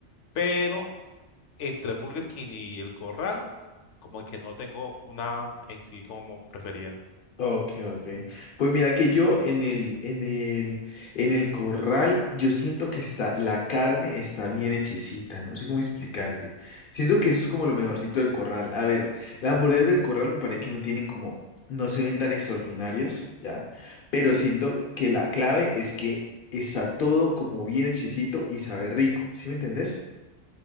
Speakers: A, on the left (about 80°); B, on the left (about 55°).
A: pero entre Burger King y El Corral, como que no tengo una en sí como preferida.
B: Ok, ok. Pues mira que yo en el, en el, en el corral, yo siento que está, la carne está bien hechecita, no sé cómo explicarte. Siento que eso es como lo mejorcito del corral. A ver, las hamburguesas del corral me parece que no tienen como, no se ven tan extraordinarias, ¿ya? Pero siento que la clave es que está todo como bien hechecito y sabe rico, ¿sí me entendés?